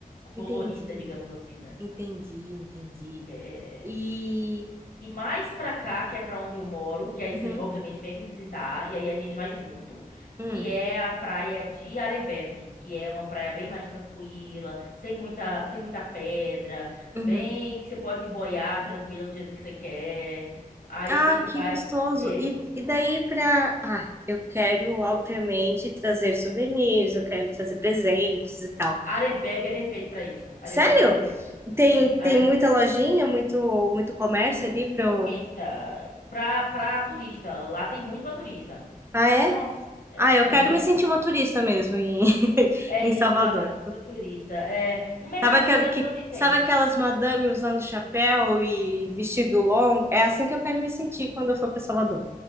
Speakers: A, on the right; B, on the left.
A: entendi,
B: colorida, digamos assim, né?
A: entendi, entendi.
B: É,
A: E.
B: E mais pra cá, que é pra onde eu moro, que aí
A: Uhum,
B: você obviamente vem me visitar, e aí a gente vai junto,
A: uhum,
B: que é a praia de Arembepe, que é uma praia bem mais tranquila, sem muita, sem muita pedra,
A: uhum.
B: bem que você pode boiar tranquila do jeito que você quer. Aí
A: Ah,
B: a gente
A: que
B: vai.
A: gostoso.
B: É,
A: E, e daí pra. Ah, eu quero, obviamente, trazer souvenirs, eu quero trazer presentes e tal.
B: Arembepe é perfeito pra isso. Arembepe
A: Sério?
B: é perfeito pra isso.
A: Tem,
B: Sim,
A: tem
B: Arembepe.
A: muita lojinha, muito, muito comércio
B: Muita.
A: ali pra eu.
B: Pra, pra turista. Lá tem muito pra turista.
A: Ah, é?
B: Nossa. é-
A: Ah,
B: é,
A: eu quero
B: aham.
A: me sentir uma turista mesmo em, <laughs>
B: É
A: em
B: isso,
A: Salvador.
B: lá tem muito pra turista. É, no mercado
A: Sabe, aquela,
B: modelo
A: que,
B: também tem.
A: sabe aquelas madame usando chapéu e vestido longo? É assim que eu quero me sentir quando eu for para Salvador.